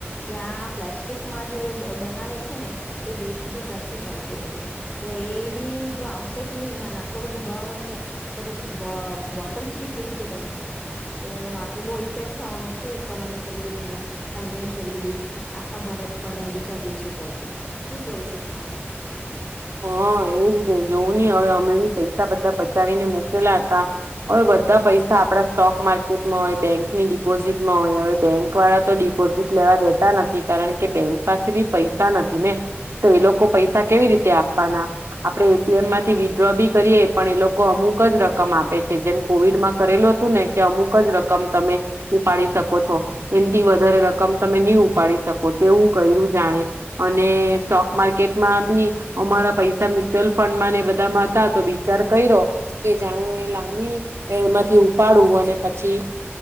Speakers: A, on the left (about 20°); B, on the right (about 80°).
A: ત્યાં પ્લાસ્ટિકમાં જે બનાવે છે ને, એ વેસ્ટ બી તથી જ આવતું હતું, તો એ બી જો આવશે જ નહી ને આટલો બધો ભાવ હશે. તો પછી બોટલ્સ બી કેવી રીતે બનશે, તો આ તો બહુ ઇફેક્ટ થવાનો છે ઇકોનોમિકલી ને. ફાઈનાન્શિયલી બી આખા ભારત પર ને બી બીજા દેશો પર બી, શું કેવું છે તમારું.
B: હા એજ નહી જોવું નહ હવે અમે બી પૈસા બધા બચાવીને મુકેલા હતા, હવે બધા પૈસા આપડા સ્ટોક માર્કેટમાં હોય બેંકની ડિપોઝીટમાં હોય હવે બેંક વાળા તો ડિપોઝિટ લેવા દેતા નથી કારણ કે બેંક પાસે બી પૈસા નથી ને, તો એ લોકો પૈસા કેવી રીતે આપે. આપે એ ટી એમ માંથી વિડ્રો બી કરીએ પણ એ લોકો અમુક જ રકમ આપે છે જેમ કોવિડમાં કરેલું હતું ને કે અમુક જ રકમ તમે, ઉપાડી શકો છો એનથી વધારે રકમ તમે નહી ઉપાડી શકો, તેવું કર્યું જાણે, અને સ્ટોક માર્કેટમાં બી અમારા પૈસા મ્યુચ્યુઅલ ફંડ માં ને એ બધામાં હતા તો વિચાર કર્યો, કે જાણે લાણી એમાંથી ઉપાડું અને પછી